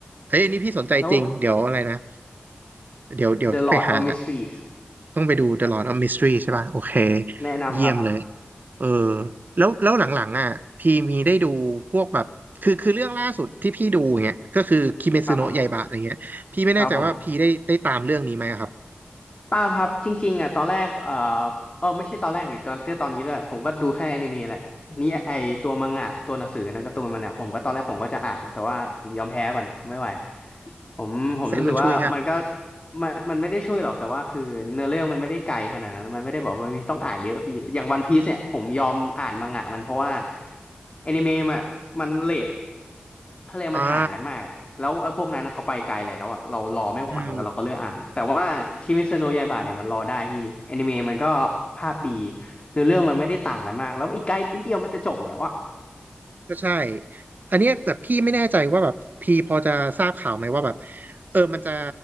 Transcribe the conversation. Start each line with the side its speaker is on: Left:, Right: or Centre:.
Right: เฮ้ยอันนี่พี่สนใจจริงเดี๋ยวอะไรนะ
Left: แล้ว
Right: เดี๋ยวเดี๋ยวต้องไปหา
Left: The Lord of Mysteries
Right: ต้องไปดู The Lord of Mystery ใช่ป่ะโอเค
Left: แนะนำครับ
Right: เยี่ยมเลย เออแล้วแล้วหลังๆอ่ะพี่มีได้ดูพวกแบบคือคือเรื่องล่าสุดที่พี่ดูอย่างเงี้ยก็คือคิเมซุโนะยาอิบะอะไรเงี้ยพี่ไม่แน่ใจว่าพี่ได้ได้ตามเรื่องนี้ไหมอะครับ
Left: ครับผม ครับผม ตามครับ จริงๆอ่ะตอนแรกเออเออไม่ใช่ตอนแรกดิตอนตอนนี้แหละผมก็ดูแค่อนิเมะแหละ นี่ไอตัวมังงะตัวหนังสือนังการ์ตูนมันเนี่ยผมก็ตอนแรกผมก็จะอ่าน แต่ว่าผมยอมแพ้ก่อน ไม่ไหว ผมผมรู้สึกว่ามันก็
Right: เส้นมันช่วยใช่ปะ
Left: มันมันไม่ได้ช่วยหรอกแต่ว่าคือเนื้อเรื่องมันไม่ได้ไกลขนาดนั้นมันไม่ได้บอกว่ามนมีต้องอ่านเยอะพี่อย่างวันพีซเนี่ยผมยอมอ่านมังงะมันเพราะว่าแอนิเมะมันมันเรททะเลมันห่างกันมากอะแล้วไอ้พวกนั้นนะเขาไปไกลแล้วอ่ะเรารอไม่ไหวเราก็เลือกอ่านแต่ว่าคิเมซโนะยาอิบะเนี่ยมันรอได้พี่แอนิเมะมันก็ภาพดี
Right: อ่าอืม
Left: เนื้อเรื่องมันไม่ได้ต่างกันมากแล้วอีกใกล้นิดเดียวมันจะจบแล้วอ่ะ
Right: ก็ใช่อันเนี้ยแต่พี่ไม่แน่ใจว่าแบบพี่พอจะทราบข่าวไหมว่าแบบเออมันจะ